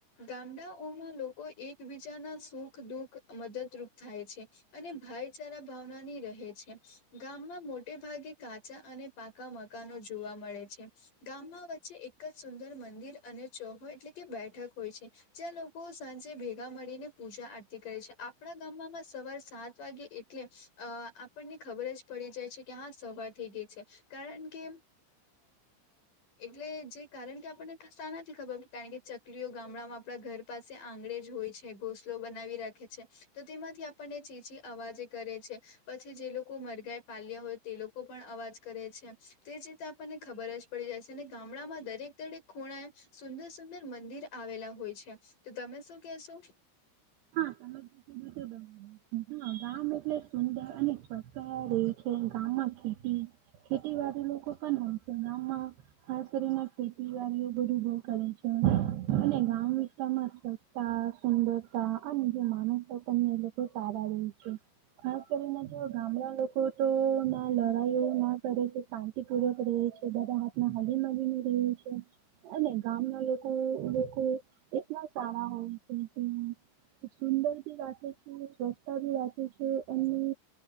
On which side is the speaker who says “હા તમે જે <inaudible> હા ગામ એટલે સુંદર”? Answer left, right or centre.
Right